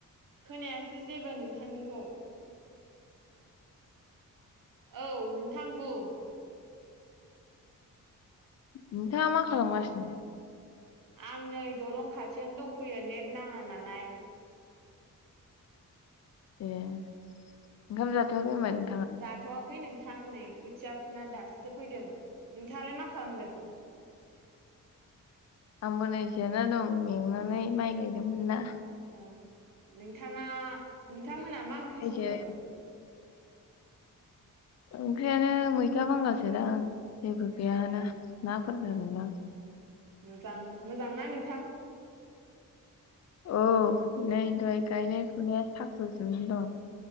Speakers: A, on the right; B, on the left.
A: खोनायासै जेबो नोंथांनिखौ औ नोंथां बुं
B: नोंथाङा मा खालामगासिनो?
A: आं नै दलं खाथियावनो दंफैयो नेट नाङा नालाय
B: ए ओंखाम जाथवाखै होनबा नों?
A: जाथवाखै नों थां नै खोथिया फुना दासो फैदों नोंथाङालाय मा खालामदों?
B: आंबो नै जेरायना दं मेंनानै माइ गायदोंमोन ना
A: ओं नोंथाङा नोंथांमोना मा ओंख्रि संखो?
B: जिराय ओंख्रियानो मैथा बांगालसो दां। जेबो गैयाना
A: ए
B: नाफोर जागोन
A: उम
B: दां
A: मोजां मोजां ना नोंथां?
B: औ नै दहाय गायनाय फुनाया साख्रुब जुबनानै दं।